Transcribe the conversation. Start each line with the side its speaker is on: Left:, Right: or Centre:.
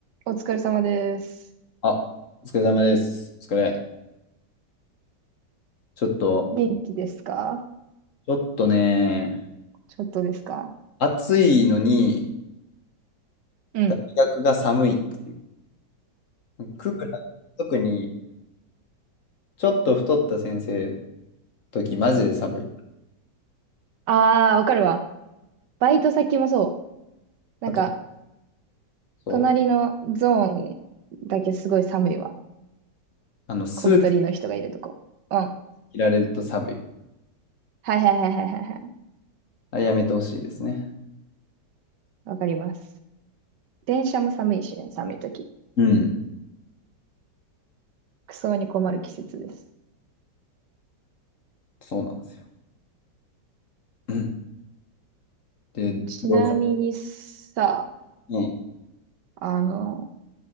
Right: お疲れ様です。
Left: あ、お疲れ様です。お疲れ。ちょっと、
Right: 元気ですか
Left: ちょっとね、
Right: ちょっとですか
Left: 暑いのに、
Right: うん。
Left: 大学が寒いっていう。クーラー、特に、ちょっと太った先生の時、マジで寒い。
Right: ああ、わかるわ。バイト先もそう。なんか、
Left: あと、そう、
Right: 隣のゾーンだけすごい寒いわ。
Left: あの、スーツ
Right: 小太りの人がいるとこ。うん。はい
Left: 着られると寒い。
Right: はいはいはいはいはい。
Left: あれやめてほしいですね。
Right: わかります。電車も寒いしね、寒い時。
Left: うん、
Right: クソに困る季節です。
Left: そうなんですよ。うん。で、
Right: ちなみにさ、
Left: どうぞ。うん、
Right: あの、